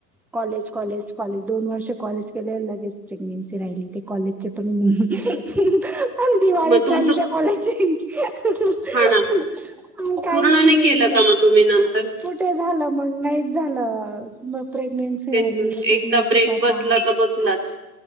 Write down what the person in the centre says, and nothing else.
कॉलेज, कॉलेज, कॉलेज दोन वर्ष कॉलेज केले लगेच प्रेग्नेन्सी राहिली ते कॉलेज आमचे पण पण दिवाळीच
झाली त्या कॉलेजची <inaudible> अ
काहीच
नाही
मग
कुठे झालं मग नाहीच झालं म प्रेग्नेन्सी
राहिली
प्रेग्नेन्सीचा
तास